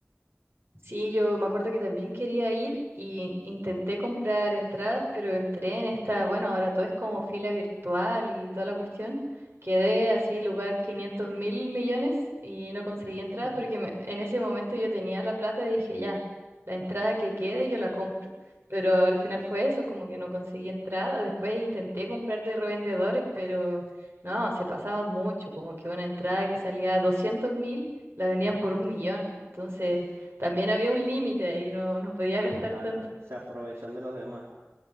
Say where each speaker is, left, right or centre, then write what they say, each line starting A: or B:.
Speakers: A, on the right; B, on the right.
A: Sí, yo me acuerdo que también quería ir y intenté comprar entradas, pero entré en esta, bueno, ahora todo es como fila virtual y toda la cuestión. Quedé así, lugar quinientos mil millones y no conseguí
B: <laughs>
A: entrada porque me- en ese momento yo tenía la plata y dije, ya, la entrada que quede yo la compro. Pero al final fue eso, como que no conseguí entrada. Después intenté comprar de revendedores, pero no, se pasaba mucho, como que una entrada que salía doscientos mil la vendían por un millón. Entonces... También había un límite ahí, no, no podía gastar
B: Claro,
A: tanto.
B: se aprovechan de los demás